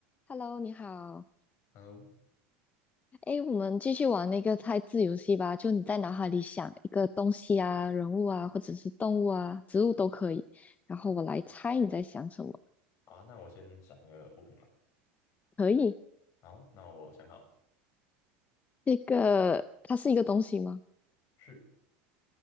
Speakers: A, on the left; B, on the left.
A: Hello，你好。
B: h e
A: 哎，我们继续玩那个猜字游戏吧。就你在脑海里想一个东西啊、人物啊，或者是动物啊、植物都可以，然后我来猜你在想什么。
B: 好啊，那我先想一个物品嘛。
A: 可以。
B: 好，那我想好了，
A: 这个它是一个东西吗？
B: 是